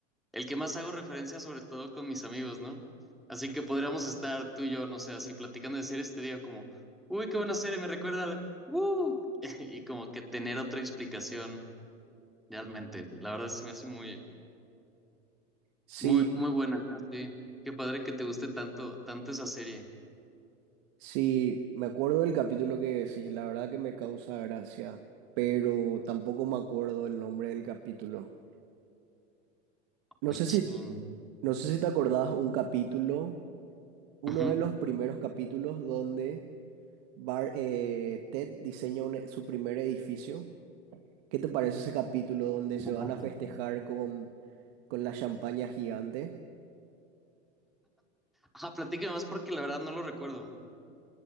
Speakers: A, in the centre; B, on the right.
A: el que más hago referencia, sobre todo con mis amigos, ¿no? Así que podríamos estar tú y yo, no sé, así platicando de series y te diga como, uy, qué buena serie, me recuerda al "Uh", <laughs> y como que tener otra explicación realmente. La verdad se me hace muy,
B: Sí,
A: muy, muy buena. Entonces, sí, qué padre que te guste tanto, tanto esa serie.
B: sí, me acuerdo del capítulo que decís, la verdad que me causa gracia, pero tampoco me acuerdo el nombre del capítulo. No
A: Uy,
B: sé
A: chin.
B: si, no sé si te acordás un capítulo uno
A: Ujú.
B: de los primeros capítulos donde Bar- eh, Ted diseña un e- su primer edificio. ¿Qué te parece ese capítulo donde se
A: Ujú.
B: van a festejar con, con la champaña gigante?
A: Ajá, platícame más porque la verdad no lo recuerdo.